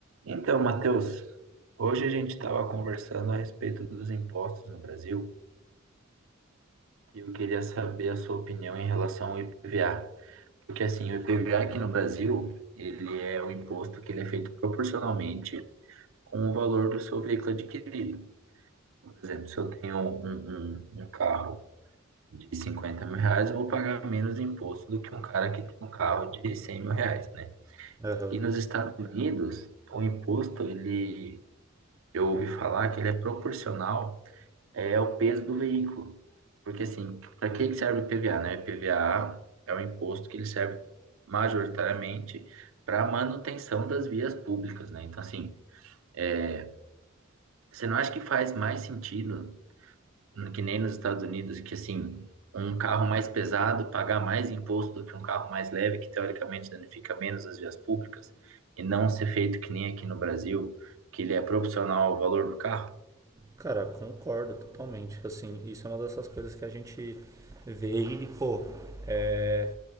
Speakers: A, on the right (about 70°); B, on the right (about 15°).
A: Então, Matheus, hoje a gente estava conversando a respeito dos impostos no Brasil e eu queria saber a sua opinião em relação ao IPVA. Porque assim, o IPVA aqui no Brasil, ele é um imposto que ele é feito proporcionalmente com o valor do seu veículo adquirido. Por exemplo, se eu tenho um, um- um um carro de 50 mil reais, eu vou pagar menos imposto do que um cara que tem um carro de 100 mil reais, né?
B: Aham.
A: E nos Estados Unidos, o imposto, ele, eu ouvi falar que ele é proporcional é é o peso do veículo. Porque, assim, para que que serve o IPVA, né? O IPVA é o imposto que ele serve majoritariamente para manutenção das vias públicas, né? Então, assim, é, você não acha que faz mais sentido, que nem nos Estados Unidos, que, assim, um carro mais pesado pagar mais imposto do que um carro mais leve, que teoricamente danifica menos as vias públicas, e não ser feito que nem aqui no Brasil, que ele é proporcional ao valor do carro?
B: Cara, concordo totalmente. Assim, isso é uma dessas coisas que a gente vê e, pô, é,